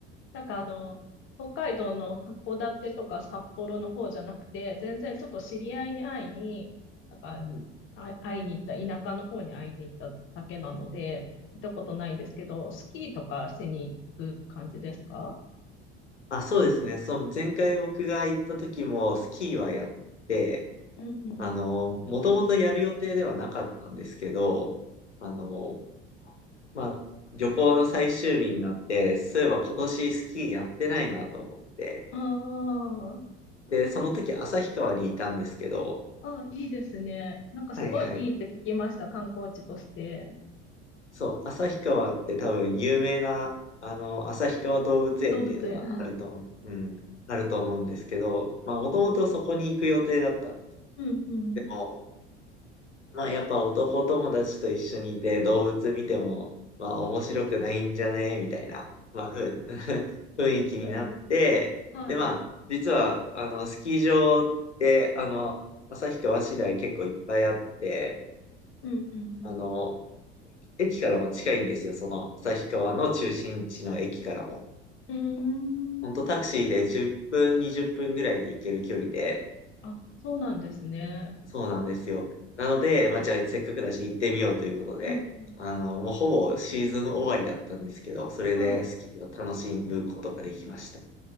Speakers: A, on the left; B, on the left.
A: なんかあの、北海道の函館とか札幌の方じゃなくて、全然ちょっと知り合いに会いに、なんか、
B: うん
A: あ、会いに行った、田舎の方に会いに行っただけなので、行ったことないんですけど、スキーとかしに行く感じですか
B: あ、そうですね。その前回僕が行った時もスキーはやって、
A: うんうん。
B: あの、もともとやる予定ではなかったんですけど、あの、まあ、旅行の最終日になって、そういえば今年スキーやってないなと思って。
A: あ
B: で、その時旭川にいたんですけど、
A: あ、あ、いいですね。なんかすごいいいって聞きました、
B: はいはい。
A: 観光地として。
B: そう、旭川って多分有名な、あの、旭川動物園っていうのがあると思う、
A: 動物園。<laughs>
B: うん、あると思うんですけど、まあ、もともとそこに行く予定だったんです。
A: うんうん。
B: でも、まあやっぱ男友達と一緒にいて動物見ても、まあ面白くないんじゃねみたいな、まあふ、<laughs> 雰囲気になって、
A: なるほど。はい。
B: でまあ、実は、あの、スキー場って、あの、旭川市内結構いっぱいあって、
A: うんうん
B: あの、駅からも近いんですよ、その旭川の中心地の駅からも。
A: うん。
B: ほんとタクシーで10分、
A: うーん。
B: 20分ぐらいで行ける距離で、
A: あ、そうなんですね。
B: そうなんですよ。なので、まあ、じゃあせっかくだし行ってみようということで、
A: うんうん。
B: あの、もうほぼシーズン終わりだったんですけど、それでスキーを楽しむことができました。
A: はい。